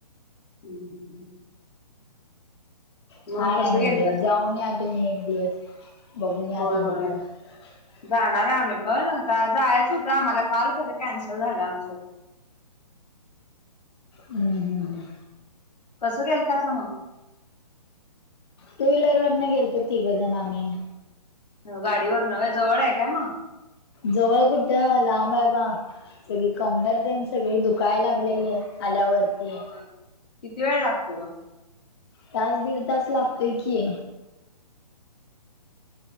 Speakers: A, on the left; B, on the left.
A: हम्म हम ह
B: छान
A: मग कसं
B: हाय
A: गेलतासा
B: मंदिर जाऊन या तुम्ही एक दिवस बघून या
A: होय
B: तुम्ही
A: होय
B: <inaudible>
A: जाणार आहे आम्ही पण आता जायच होतं आम्हाला काल खरं कॅन्सल झालं आमचं.
B: हम्म हम्म हम्
A: कसं गेलतासा मग
B: टू व्हीलर वर न गेलतो तिघजण आम्ही
A: हो गाडीवरन व्हय जवळ आहे काय मग
B: जवळ कुठे लांब आहेबा सगळी कंबर तेन सगळी दुख काय लागलेली आहे आल्यावरती आहे.
A: होय. किती वेळ लागते मग?
B: तास दीड तास लागतोय की.